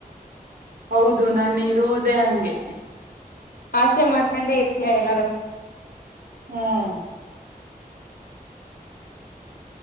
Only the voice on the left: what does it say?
ಆಸೆ ಮಾಡ್ಕೊಂಡೆ ಇರ್ತಯ ಎಲ್ಲಾರ